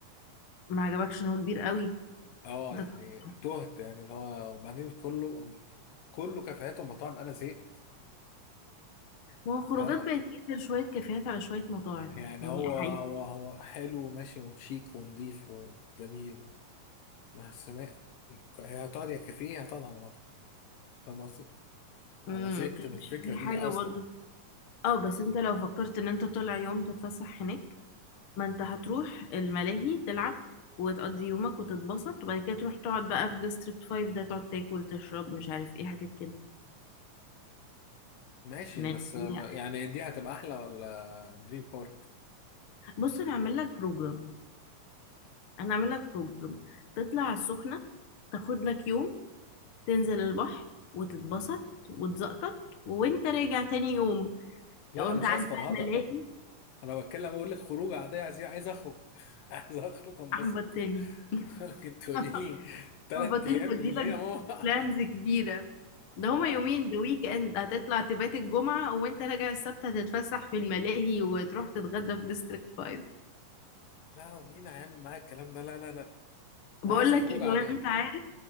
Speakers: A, on the left (about 55°); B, on the left (about 75°).
A: ما عجبكش ان هو كبير قوي
B: اه
A: ده
B: يعني
A: تحفة
B: تهت يعني اللي هو وبعدين كله كله كافيهات ومطاعم انا زهقت
A: ما هو خروجات
B: فاهمه
A: بقت ينزل شوية كافيهات على شوية مطاعم
B: يعني
A: يعني
B: هو
A: حقيقي
B: هو هو حلو وماشي وشيك ونضيف وجميل بس ما- هي هتقعد يا كافيه هتقعد على مطعم فاهم قصدي؟
A: امم
B: انا زهقت
A: كانش
B: من الفكره
A: في
B: دي
A: حاجة
B: اصلا
A: برضه اه بس انت لو فكرت ان انت طالع يوم تتفسح هناك ما انت هتروح الملاهي تلعب وتقضي يومك وتتبسط وبعد كده تروح تقعد بقى في ديستريكت 5 ده تقعد تاكل تشرب مش عارف ايه حاجات كده
B: ماشي
A: يعني
B: بس آه،
A: لا.
B: يعني دي هتبقى احلى ولا دريم بارك
A: بص انا هعمل لك بروجرام انا هعمل لك بروجرام تطلع على السخنة تاخد لك يوم تنزل البحر وتتبسط وتزقطط وانت راجع تاني يوم
B: لا
A: تقوم
B: انا
A: تعدي
B: مش عايز فرهضه
A: على الملاهي
B: انا بتكلم اقول لك خروج عاديه عايز عايز اخرج <laughs> عايز اخرج انبسط
A: احبطتني
B: <laughs> لكن تقولي
A: <laughs>
B: لي ثلاث
A: احبطتني
B: ايام
A: بديلك
B: ليه يا ماما
A: بلانز كبيرة
B: <laughs>
A: ده هما
B: لا
A: يومين ده ويك اند هتطلع تبات الجمعة وانت راجع السبت هتتفسح في الملاهي وتروح تتغدى في ديستريكت 5
B: لا مين هيعمل معايا الكلام ده لا لا لا
A: بقول
B: انا عايز
A: لك
B: خروج
A: ايه طب
B: عاديه
A: انت عارف